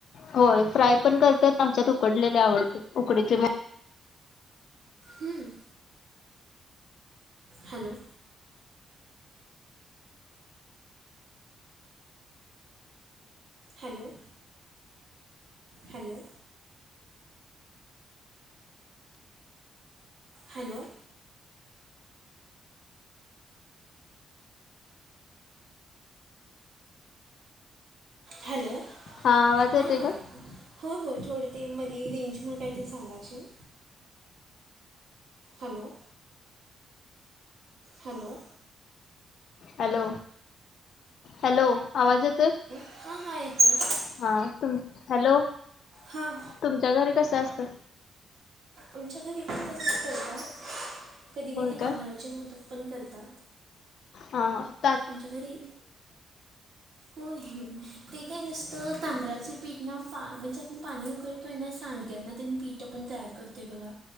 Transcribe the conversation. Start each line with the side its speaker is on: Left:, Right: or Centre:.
Left: होय, फ्राय पण करतात, आमच्यात उकडलेले आवडत उकडीचे मोदक.
Right: हम्म. Hello. Hello, hello. Hello. Hello,
Left: हा आवाज येतोय
Right: हां, हां.
Left: का
Right: हो, होय थोडं ते मध्ये रेंजमुळे कायत झालं असेल. Hello, hello.
Left: Hello, hello. आवाज येतोय?
Right: हा, हा. येतोय.
Left: हा तुम, हॅलो.
Right: हां.
Left: तुमच्या घरी कसं असतं?
Right: आमच्या घरी पण तसंच करतात, कधी -कधी
Left: होय
Right: तांदळाचे
Left: का
Right: मोदक पण करतात.
Left: हा, ह.
Right: आमच्या घरी हो, ते काय नसतं तांदळाचे पीठ ना म्हणजे आपण पाणी उकलतो सांडग्या मध्ये पण पीठ आपण तयार करतोय बघा.